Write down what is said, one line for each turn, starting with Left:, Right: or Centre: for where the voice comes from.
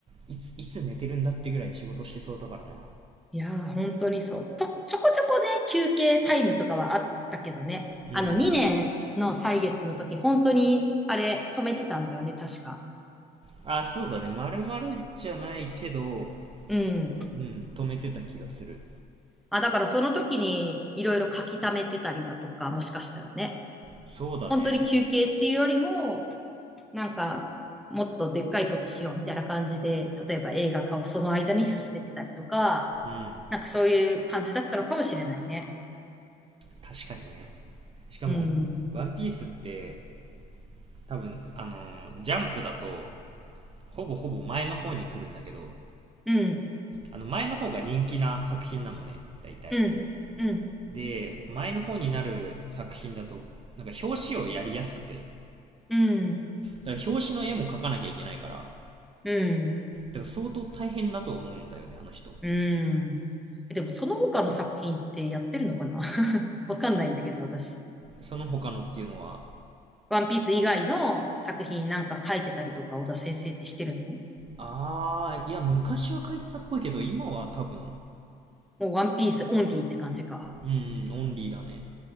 Right: いつ、いつ寝てるんだってぐらい仕事してそうだからな。
Centre: いやー、本当にそう。と、ちょこちょこね、休憩タイムとかはあったけどね。
Right: うん。
Centre: あの、2年の歳月の時、本当に、あれ、止めてたんだよね、確か。
Right: あ、そうだね。まるまるじゃないけど、
Centre: うん。
Right: うん、止めてた気がする。
Centre: まあ、だからその時に、いろいろ書き溜めてたりだとか、もしかしたらね。
Right: そうだね。
Centre: 本当に休憩っていうよりも、なんか、もっとでっかいことしようみたいな感じで、例えば映画化をその間に進めてたりとか、
Right: うん。
Centre: なんかそういう感じだったのかもしれないね。
Right: 確かにね。しかも、
Centre: うん。
Right: ワンピースって多分、あのージャンプだと、ほぼほぼ前の方に来るんだけど、
Centre: うん。
Right: あの前の方が人気な作品なのね、大体。
Centre: うん。うん。
Right: で、前の方になる作品だと、なんか表紙をやりやすくて、
Centre: うん。
Right: だから表紙の絵も描かなきゃいけないから、だか
Centre: うん。
Right: ら相当大変だと思うんだよね、あの人。
Centre: うん。でもその他の作品ってやってるのかな <laughs> わかんないんだけど、私。
Right: その他のっていうのは、
Centre: ワンピース以外の作品なんか書いてたりとか、小田先生ってしてるの
Right: あー、いや、昔は描いてたっぽいけど、今は多分、
Centre: もうワンピースオンリーって感じか。
Right: うん、オンリーだね。